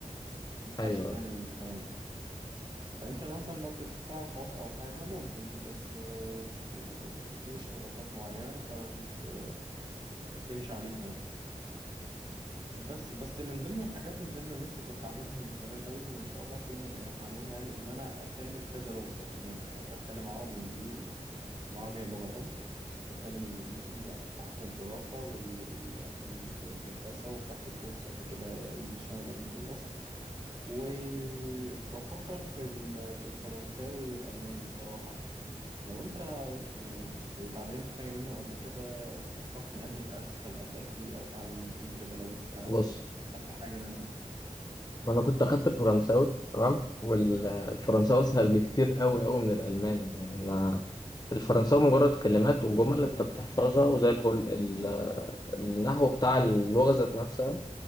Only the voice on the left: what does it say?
ايوه
بص
وانا كنت اخدت الفرنساوي تمام والفرنساوي اسهل بكتير قوي قوي من الالماني يعني انا الفرنساوي مجرد كلمات وجمل انت بتحفظها وزي الفل ال- النحو بتاع اللغه ذات نفسها